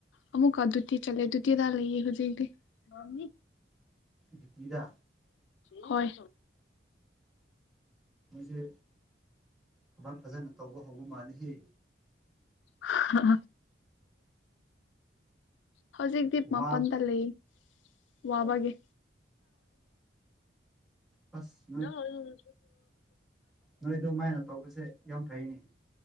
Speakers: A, on the left; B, in the centre.
A: ꯑꯃꯨꯛꯀ ꯗꯨꯇꯤ ꯆꯠꯂꯦ ꯗꯨꯇꯤꯗ ꯂꯩꯌꯦ ꯍꯧꯖꯤꯛꯇꯤ ꯃꯝꯅꯤ
B: ꯇꯗ
A: ꯍꯣꯏ
B: ꯃꯣꯏꯁꯦ ꯊꯧꯕꯥꯜ ꯐꯖꯅ ꯇꯧꯕ ꯍꯧꯕ ꯃꯥꯜꯂꯤ
A: ꯑ ꯍꯧꯖꯤꯛꯛꯇꯗꯤ
B: ꯋꯥ
A: ꯃꯥꯄꯥꯟꯗ ꯂꯩ ꯋꯥꯕꯒꯤꯦ
B: ꯑꯁ
A: ꯅꯗ ꯑꯣ
B: ꯅꯣꯏꯗ ꯃꯥꯏꯅ ꯇꯧꯕꯁꯦ ꯌꯥꯝ ꯐꯩꯅꯦ